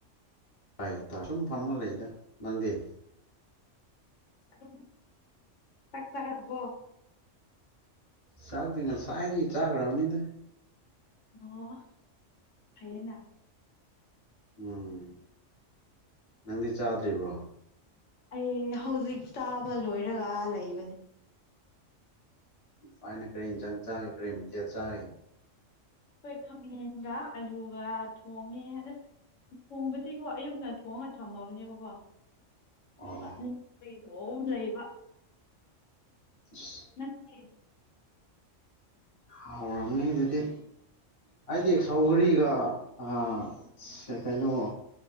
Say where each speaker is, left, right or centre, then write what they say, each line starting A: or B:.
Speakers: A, on the left; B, on the left.
A: ꯇꯢꯌꯦ ꯇꯥ ꯁꯨꯝ ꯐꯝꯃ ꯂꯩꯗ ꯅꯪꯗꯤ
B: ꯑꯗꯨꯝ ꯆꯥꯛ ꯆꯥꯔꯕꯣ
A: ꯆꯥꯥꯛꯗꯤ ꯉꯁꯥꯢꯗꯒꯤ ꯆꯥꯒ꯭ꯔꯕꯅꯤꯗ
B: ꯑꯣ ꯐꯩꯌꯦꯅ
A: ꯎꯝ ꯅꯪꯗꯤ ꯆꯥꯗ꯭ꯔꯤꯕ꯭ꯔꯣ
B: ꯑꯩ ꯍꯧꯖꯤꯛ ꯆꯥꯕ ꯂꯣꯏꯔꯒ ꯂꯩꯕꯅꯦ
A: ꯐꯥꯢꯅ ꯀꯔꯤ ꯍꯤꯟꯖꯥꯡ ꯆꯥꯒꯦ ꯀꯔꯤ ꯃꯊꯦꯜ ꯆꯥꯒꯦ
B: ꯈꯣꯏ ꯈꯥꯃꯦꯟꯒ ꯑꯂꯨꯒ ꯊꯣꯡꯉꯦꯗ ꯊꯣꯡꯕꯗꯤꯀꯣ ꯑꯌꯨꯛꯅ ꯊꯣꯡꯉꯒ ꯊꯝꯃꯕꯅꯦꯕꯀꯣ
A: ꯑꯣ
B: ꯆꯥꯅꯤꯡꯗꯕꯒꯤ ꯑꯗꯣꯝ ꯂꯩꯕ
A: ꯑꯁ
B: ꯅꯪꯗꯤ
A: ꯍꯥꯎꯔꯝꯅꯤ ꯑꯗꯨꯗꯤ ꯍꯑꯩꯗꯤ ꯁꯧꯒꯔꯤꯒ ꯑꯥ ꯀꯩꯅꯣ